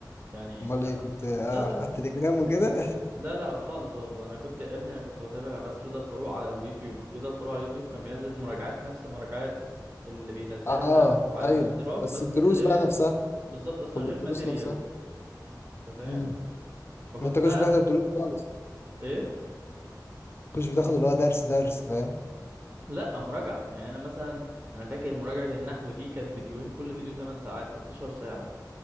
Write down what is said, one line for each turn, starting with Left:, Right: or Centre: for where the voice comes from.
Right: يعني
Left: امال ايه كنت آه
Right: لا لا
Left: على
Right: لا
Left: التليجرام وكده <laughs>
Right: لا لا خالص برضه انا كنت يا ابني انا كنت بتابع بس رضا الفاروق على اليوتيوب رضا الفاروق على اليوتيوب كان بينزل مراجعات نفس المراجعات اللي بينزلها
Left: اه
Right: على
Left: ايوه
Right: الاشتراك
Left: بس
Right: بس
Left: الدروس
Right: من غير
Left: بقى نفسها
Right: بالظبط بس
Left: طب
Right: من
Left: والدروس
Right: غير ماتيريال
Left: نفسها
Right: انت فاهم
Left: امم
Right: فكنت
Left: انت كنتش
Right: بقى
Left: بتحضر
Right: اسمع
Left: دروس خالص
Right: ايه
Left: كنتش بتاخد اللي هو درس درس فاهم
Right: لا مراجعة يعني انا مثلا انا فاكر مراجعة النحو دي كانت فيديوهين كل فيديو 8 ساعات 16 ساعة